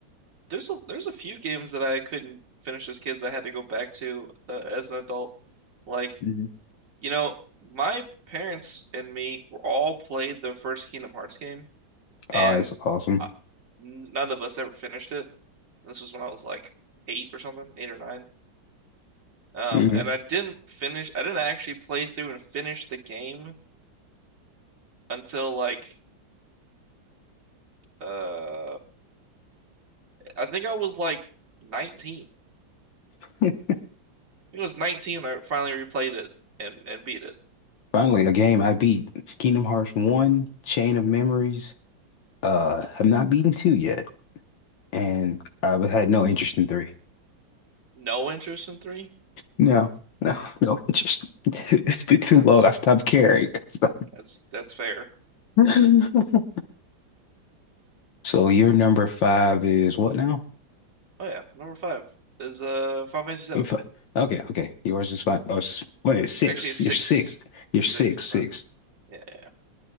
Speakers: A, on the right; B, on the left.
A: There's a there's a few games that I couldn't finish as kids. I had to go back to uh, as an adult. Like
B: 2. <laughs>
A: You know, my parents and me were all played the first Kingdom Hearts game, and
B: Oh, it's awesome.
A: uh, none of us ever finished it. This was when I was like eight or something, eight or nine. Um,
B: hmm
A: and I didn't finish. I didn't actually play through and finish the game until like uh, I think I was like 19. I think
B: <laughs>
A: It was 19. I finally replayed it and and beat it.
B: Finally, a game I beat. Kingdom Hearts 1, Chain of Memories. Uh, have not beaten 2 yet, and I've had no interest in 3.
A: No interest in three.
B: No, no, <laughs> no interest. <laughs> It's been too
A: Man,
B: long.
A: That's
B: I stopped caring. <laughs>
A: that's that's fair.
B: I So your number five is what now?
A: Oh yeah, number five is uh Final Fantasy seven.
B: Your fi- Okay, okay. Yours is five. Oh, s- wait, it's six.
A: Actually, it's
B: You're
A: six.
B: sixth. You're
A: Six
B: six,
A: is
B: six.
A: fine. Yeah, yeah. yeah.